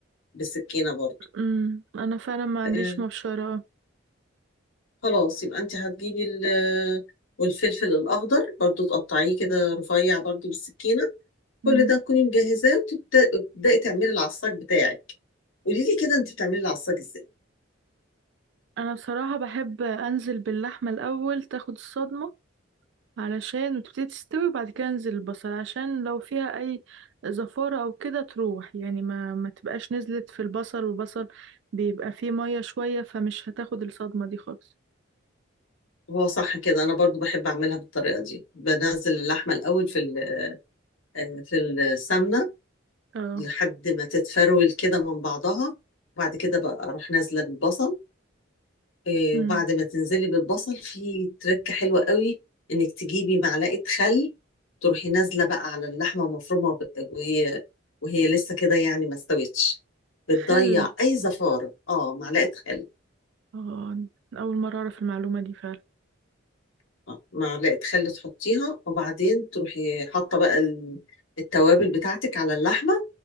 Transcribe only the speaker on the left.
بالسكينة برضو
آه
خلاص يبقى أنت هتجيبي ال- والفلفل الأخضر برضو تقطعيه كده رفيع برضو بالسكينة كل
ده تكوني مجهزاه وتبدأي تعملي العصاج بتاعك قولي لي كده انت بتعملي العصاج ازاي
هو صح كده انا برضو بحب اعملها بالطريقه دي بنزل اللحمه الاول في ال- آه، في السمنه
لحد ما تتفرول كده من بعضها وبعد كده بقى اروح نازله بالبصل آه،
وبعد ما تنزلي بالبصل في تركه حلوه قوي انك تجيبي معلقه خل تروحي نازله بقى على اللحمه المفرومه وب- وهي وهي لسه كده يعني ما استوتش
بتضيع اي زفاره اه معلقه خل
آه، معلقة خل تحطيها وبعدين تروحي حاطة بقى ال- التوابل بتاعتك على اللحمة